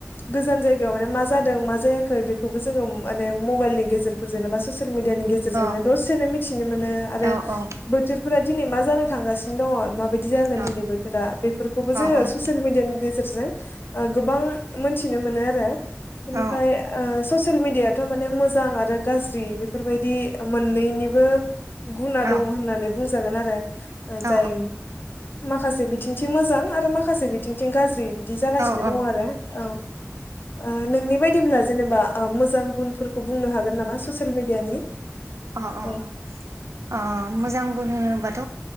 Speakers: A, on the left (about 45°); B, on the right (about 80°).
A: गोजान जायगायाव माने मा जादों मा जायाखै बेखौबो जोङो माने मबाइलनि गेजेरफोरजोंनो बा ससियेल मिडियानि गेजेरनों
B: औ
A: द सोनो मिथिनो मोनो आरो
B: औ औ
A: बोथोर फोरा दिनै मा जानो थांगासिनो दङ माबायदि जागोन
B: औ
A: दिनै बोथोरा बेफोरखौबो
B: औ
A: जोङो
B: औ
A: ससियेल मिडियानि गेजेर जों ओ गोबां मोनथिनो मोनो आरो बेनिफ्राय
B: औ
A: ओ सस सेल मिडियाथ' माने मोजां आरो गाज्रि बेफोरबायदि मोननै निबो गुना
B: औ
A: दङ होननानै बुं जागोन आरो ओ
B: औ
A: जायो माखासे बिथिंथिं मोजां आरो माखासे बिथिंथिं गाज्रिबो दि जागासिनो
B: औ औ
A: दं आरो औ ओ नोंनि बाय दिब्ला जेनेबा ओ मोजां गुनफोरखौ बुंनो हागोन नामा ससे सेल मिडियानि
B: अ अ
A: औ
B: अ अ मोजां गुन होनो बाथ'